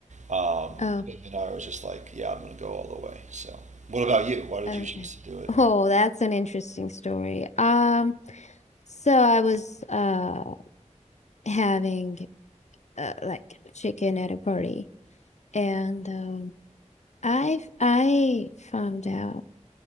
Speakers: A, on the right (about 70°); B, on the left (about 65°).
A: um,
B: Oh,
A: and I was just like, yeah, I'm gonna go all the way. So, what about you? Why did
B: okay.
A: you choose to do it?
B: Oh, that's an interesting story. Um, so I was uh having uh, like chicken at a party and um I've I found out